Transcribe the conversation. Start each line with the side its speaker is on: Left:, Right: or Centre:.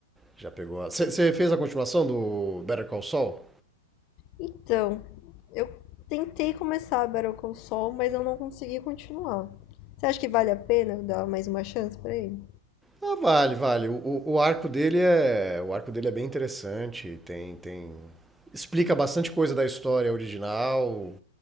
Centre: já pegou a... Você, você fez a continuação do Better Call Saul?
Left: Então, eu tentei começar a Better Call Saul, mas eu não consegui continuar. Você acha que vale a pena dar mais uma chance pra ele?
Centre: Ah, vale, vale. O, o- o arco dele é, o arco dele é bem interessante. Tem, tem, explica bastante coisa da história original.